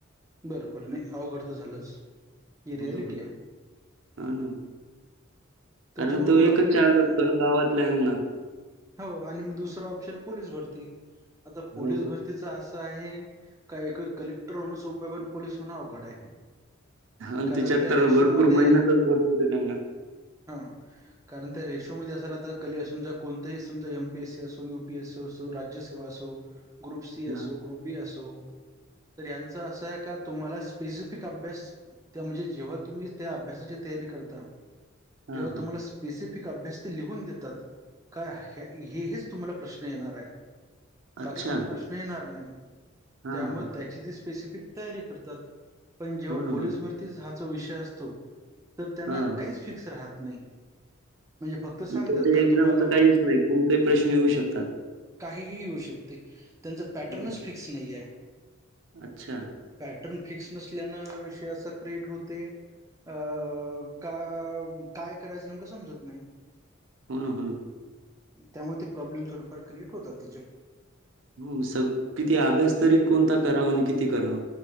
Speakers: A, on the right; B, on the right.
A: बरोबर नाही अवघड तर झालंच ही रियालिटी
B: हो ना हो ना
A: आहे
B: ह ना
A: त्याच्यामुळे
B: कारण तो
A: मग
B: एकच
A: आपले
B: शाळत
A: का
B: असतो ना गावातल्याना
A: हो आणि दुसर ऑप्शन पोलीस भरती आता पोलीस
B: हो
A: भरतीचा अस आहे का कलेक्टर होण सोपय पण पोलीस होण अवघड आहे
B: आणि
A: कारण
B: तिच्याहत्तर
A: त्या रेशोमध्ये
B: भरपूर मेहनतच भरपूर आहे त्यांना
A: हा कारण त्या रेशोमध्येध्ये असाला तर कले समजा कोणताही सजा एमपीएससी असो युपीएसी असो राज्य असो ग्रुप सी असो
B: हां,
A: ग्रुप बी असो तर यांचं असं आहे का तुम्हाला स्पेसिफिक अभ्यास त्या म्हणजे जेव्हा तुम्ही त्या अभ्यासाची तयारी करता तेव्हा
B: हां, हां.
A: तुम्हाला स्पेसिफिक अभ्यास ते लिहून देतात काय हे हेच तुम्हाला प्रश्न बाकी
B: अच्छा.
A: कोणते प्रश्न येणार नाही
B: हां,
A: त्यामुळे
B: हां. हां.
A: त्याची त स्पेसिफिक तात पण जेव्हा
B: हो ना,
A: प
B: हो. ना.
A: भर हा विषय असतो त्यां
B: हां.
A: फिक्स राहत नाही फक्त
B: त्याच्या
A: सांगतात का
B: एक्झामच
A: तुम्हाला ब
B: काहीच नाही कोणताही प्रश्न येऊ शकतात
A: काहीही येऊ शकते त्यांचा पॅटर्नच
B: हो.
A: फिक्स नाही आहे
B: अच्छा
A: पॅटर्न फिक्स नसल्यान विषय असा क्रिएट होते अ का काय करायचं नेमकं समजत नाही
B: होय होय
A: त्यामुळे ते प्रॉब्लेम थोडंफार क्रिएट होतात त्याचे
B: हो सग किती अभ्यास तरी कोणता करावा आणि किती करावा